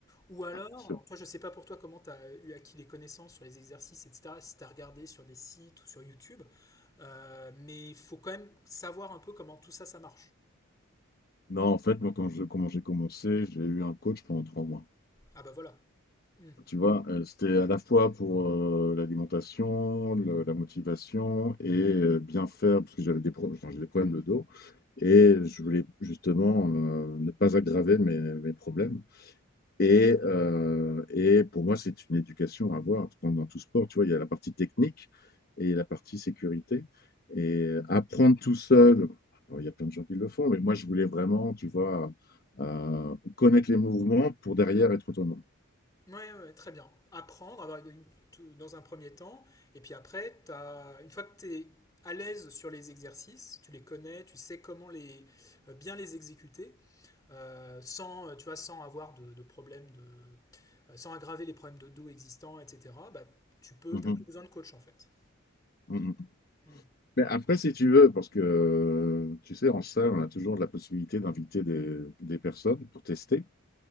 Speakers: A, on the left; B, on the left.
A: ou alors,
B: Ah, bien sûr.
A: alors, toi, je sais pas pour toi comment tu as eu acquis des connaissances sur les exercices, etc., si tu as regardé sur des sites ou sur YouTube, euh, mais il faut quand même savoir un peu comment tout ça, ça marche.
B: Non, en fait, moi, quand je, comment j'ai commencé, j'ai eu un coach pendant trois mois.
A: Ah bah voilà. Hmm.
B: Tu vois, euh, c'était à la fois pour euh, l'alimentation, le- la motivation et euh, bien faire, parce que j'avais des, pro- enfin, j'ai des problèmes de dos. Et je voulais justement euh, ne pas aggraver mes, mes problèmes. Et, euh, et pour moi, c'est une éducation à avoir. Comme dans tout sport, tu vois, il y a la partie technique et la partie sécurité. Et apprendre tout seul, alors, il y a plein de gens qui le font, mais moi, je voulais vraiment, tu vois, euh, connaître les mouvements pour derrière être autonome.
A: Ouais, ouais, très bien. Apprendre avoir une- tout- dans un premier temps, et puis après, t'as- une fois que tu es à l'aise sur les exercices, tu les connais, tu sais comment les, euh, bien les exécuter, euh, sans, euh, tu vois, sans avoir de, de problème de, euh, sans aggraver les problèmes de dos existants, etc. Bah, tu peux,
B: Mhm,
A: t'as plus besoin de coach en fait.
B: mhm.
A: Mm.
B: Mais après, si tu veux, parce que euh, tu sais, en salle, on a toujours la possibilité d'inviter des, des personnes pour tester.